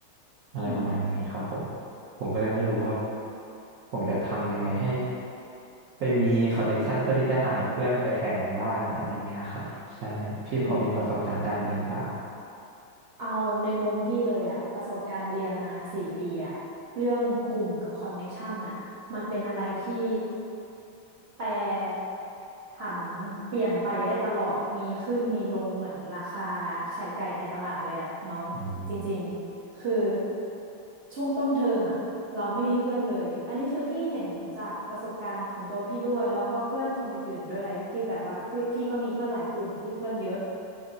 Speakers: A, on the right; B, on the right.
A: อะไรประมาณนี้ครับผม
B: อืม
A: ผมก็เลยไม่รู้ว่าผมจะทำยังไงให้ไปมีคอนเนคชันเพื่อที่จะหาเพื่อนไปแข่งบ้างอะไรเงี้ยครับใช่พี่พอมีประสบการณ์ด้านนี้หรือเปล่า
B: อืม เอาในมุมพี่เลยอะประสบการณ์เรียนมาสี่ปีอะเรื่องกลุ่มกับคอนเน็กชันน่ะมันเป็นอะไรที่แปรผันเปลี่ยนไปได้ตลอดมีขึ้นมีลงเหมือนราคาไข่ไก่ในตลาดเลยอะน้องจริงๆคือ
A: อืม
B: ช่วงต้นเทอมอะเราไม่มีเพื่อนเลยอันนี้คือพี่เห็นจากประสบการณ์ของตัวพี่ด้วยแล้วก็เพื่อนคนอื่นๆด้วยพี่แบบว่าพี่พี่ก็มีเพื่อนหลายกลุ่มพี่เพื่อนเยอะ